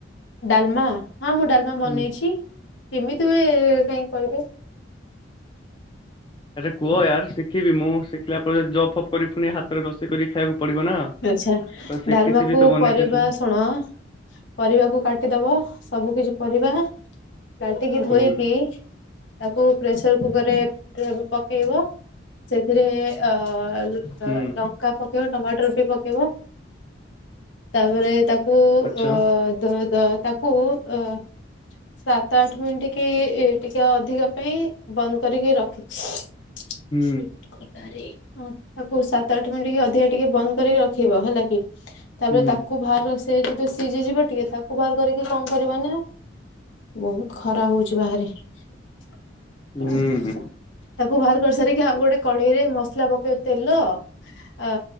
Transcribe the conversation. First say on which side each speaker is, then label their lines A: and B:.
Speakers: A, on the left (about 75°); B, on the left (about 25°).
A: ଡାଲମା, ହଁ ମୁଁ ଡାଲମା ବନେଇଛି।
B: ହୁଁ
A: କେମିତି ହୁଏ କାହିଁକି କହିବି।
B: ଏରେ କୁହ ୟାର, ଶିଖିବି ମୁଁ ଶିଖିଲା ପରେ ଜବ୍ ଫବ କରିବି ପୁଣି ହାତରେ ରୋଷେଇ କରିକି ଖାଇବାକୁ ପଡିବ ନା।
A: ଆଛା
B: ତ ଶିଖିଥିବି
A: ଡାଲମାକୁ
B: ତ ବନେଇ
A: ପରିବା
B: ଖାଇଥିବି
A: ଶୁଣ। ପରିବାକୁ କାଟିଦବ, ସବୁ କିଛି ପରିବା। କାଟିକି ଧୋଇକି
B: ହୁଁ
A: ତାକୁ ପ୍ରେସର କୁକରରେ <unintelligible> ପକେଇବ। ସେଥିରେ ଅ ତ
B: ହୁଁ
A: ଲଙ୍କା ପକେଇବ ଟମାଟୋ ର ବି ପକେଇବ, ତାପରେ ତାକ କୁ
B: ଆଚ୍ଛା
A: ଅ, ଦର ଦା-ତାକୁ ଅ, ସାତ ଆଠ ମିନିଟ୍ କି ଇ-ଟିକେ ଅଧିକା ପାଇଁ ବନ୍ଦ କରିକି ରଖିଛି।
B: ହୁଁ
A: ସିଟ୍ ଗଲାରେ ଅଁ, ତାକୁ ସାତ ଆଠ ମିନଟି କି ଅଧିକା ଟିକେ ବନ୍ଦ କରି ରଖିବ, ହେଲା କି ତାପରେ
B: ହୁଁ
A: ତାକୁ ଭାର ସେ ଯଦି ସିଜି ଯିବ ଟିକେ ତାକୁ ବାହାର କରିକି କଣ କରିବ ନା ବହୁତ ଖରାପ ହଉଛି ବାହାରେ। ହୁଁ,
B: ହୁଁ
A: ସା
B: ହୁଁ
A: ତାକୁ ବାହାର କରିସାରିକି, ଆଉ ଗୋଟେ କଢେଇରେ ମସଲା ପକେଇବ ତେଲ ଆ,